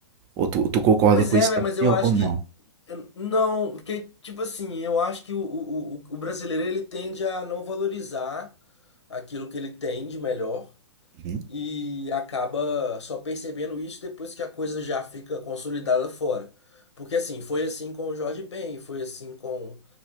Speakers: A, on the right; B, on the left.
A: Ou tu, tu concorda
B: Pois
A: com
B: é,
A: isso
B: velho,
A: também,
B: mas eu
A: ou
B: acho
A: ou não?
B: que. eu- Não, porque, tipo assim, eu acho que o, o, o o brasileiro ele tende a não valorizar aquilo que ele tem de melhor.
A: Uhum.
B: e acaba só percebendo isso depois que a coisa já fica consolidada fora. Porque assim, foi assim com o Jorge Ben, foi assim com,